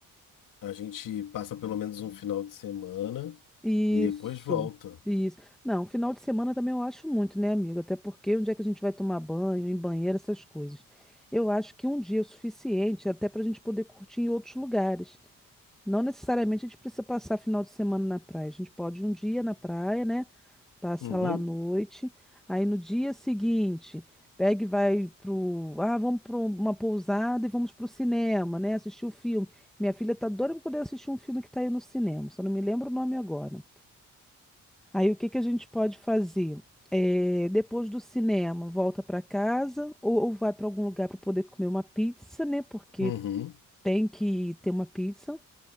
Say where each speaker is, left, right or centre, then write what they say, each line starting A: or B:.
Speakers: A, on the left; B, in the centre.
A: A gente passa pelo menos um final de semana
B: Isso,
A: e depois volta.
B: isso. Não, final de semana também eu acho muito, né, amigo? Até porque onde é que a gente vai tomar banho, em banheiro, essas coisas. Eu acho que um dia é o suficiente até para a gente poder curtir em outros lugares. Não necessariamente a gente precisa passar final de semana na praia. A gente pode ir um dia na praia, né? Passa
A: Uhum.
B: lá à noite. Aí no dia seguinte, pega e vai pro. Ah, vamos para uma pousada e vamos pro cinema, né? Assistir o filme. Minha filha tá doida para poder assistir um filme que tá aí no cinema. Só não me lembro o nome agora. Aí o que que a gente pode fazer? É, depois do cinema, volta para casa ou, ou vai para algum lugar para poder comer uma pizza, né? Porque
A: Uhum.
B: tem que ter uma pizza.